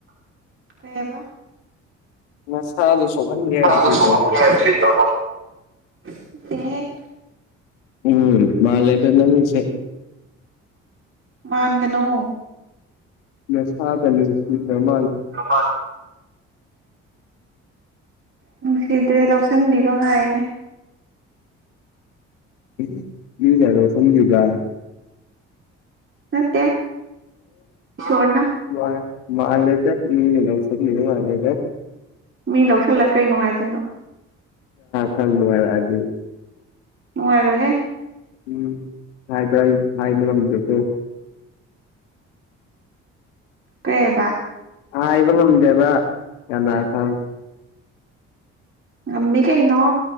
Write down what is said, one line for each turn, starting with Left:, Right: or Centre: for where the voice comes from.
Right: ꯀꯩ ꯑꯕ
Left: ꯅꯁꯥꯗꯣ ꯁꯣꯛꯍꯟꯒꯦꯅ
Right: <unintelligible>
Left: ꯂꯩꯔꯤꯔꯣꯕ
Right: ꯅꯠꯇꯦꯍꯦ
Left: ꯎꯝ ꯃꯥꯜꯂꯦꯗ ꯅꯪꯒꯤꯁꯦ
Right: ꯃꯥꯟꯒꯅꯣ
Left: ꯅꯁꯥꯒ <unintelligible>
Right: <unintelligible> ꯅꯨꯡꯁꯤꯗ꯭ꯔꯦ ꯂꯧꯁꯤꯟꯕꯤꯕ ꯉꯥꯏꯔꯤꯅꯦ
Left: <unintelligible> ꯂꯧꯁꯟꯕꯤꯕ
Right: ꯅꯠꯇꯦ ꯏꯁꯣꯔꯅ
Left: ꯎ ꯃꯥ ꯃꯥꯂꯦꯗ ꯃꯤꯅ ꯂꯧꯁꯤꯟꯒꯤꯕ ꯃꯥꯂꯦꯗ
Right: ꯃꯤ ꯂꯧꯁꯤꯜꯂꯒ ꯀꯔꯤ ꯅꯨꯡꯉꯥꯏꯗꯣꯏꯅꯣ
Left: <inaudible> ꯅꯨꯡꯉꯥꯏꯔꯛꯑꯗꯤ
Right: ꯅꯨꯡꯉꯥꯏꯔꯣꯏꯍꯦ
Left: ꯎꯝ <unintelligible> ꯍꯥꯏꯕ ꯉꯝꯗꯦꯀꯣ
Right: ꯀꯩ ꯑꯕ
Left: ꯍꯥꯏꯕ ꯉꯝꯗꯦꯕ ꯀꯅꯥ ꯈꯪ
Right: ꯉꯝꯃꯤ ꯀꯩꯅꯣ